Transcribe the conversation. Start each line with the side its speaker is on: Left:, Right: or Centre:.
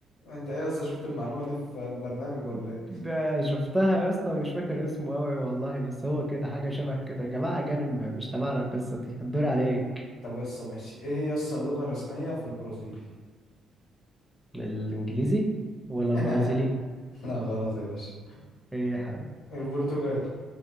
Left: انت ايه يا اسطى شفت المعلومة دي في برنامج ولا
Centre: <laughs>
Left: ايه
Centre: ب- شفتها يا اسطى ومش فاكر اسمه قوي والله بس هو كده حاجه شبه كده يا جماعه اجانب مش تبعنا القصه دي الدور عليك
Left: طب يا اسطى ماشي ايه هي يا اسطى اللغة الرسمية في البرازيل
Centre: الانجليزي ولا
Left: <laughs>
Centre: البرازيلي
Left: لا غلط يا باشا
Centre: ايه يا حبيبي
Left: البرتغالي